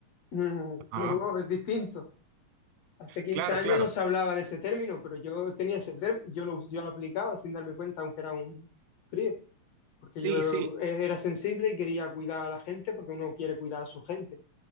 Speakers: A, on the left; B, on the right.
A: mm,
B: Ajá.
A: luego es distinto. Hace quince
B: Claro,
A: años
B: claro.
A: no se hablaba de ese término, pero yo tenía ese término, yo lo, yo lo aplicaba sin darme cuenta, aunque era un crío, porque
B: Sí,
A: yo
B: sí,
A: eh, era sensible y quería cuidar a la gente, porque uno quiere cuidar a su gente